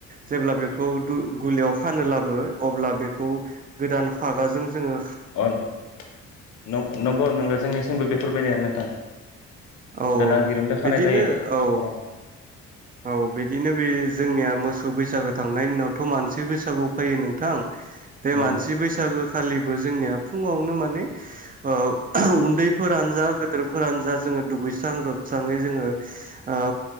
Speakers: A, on the right; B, on the left.
A: जेब्ला बेखौ दु-गुलियाव खानोलाबो। अब्ला बेखौ गोदान। हागाजों जोंङो।
B: अथ नंग-नंगौ जोंनि। बो बेफोरबायदिआनो नोंथां।
A: औ
B: गोदान दिरुंदो
A: बिदिनो
B: खानाय जायो
A: औ
B: र।
A: औ बिदिनो बे जोंनिया मोसौ बैसागो थांनायनि उनावथ मानसि बैसागुआव फैयो नोंथां। बे
B: उम
A: मानसि बैसागो खालि। जोंनिया फुङावनो माने उन्दैफोरानो जा गेदोरफोरानो जा जोंङो दुगैस्रां लोबस्राङै जोंङो ओ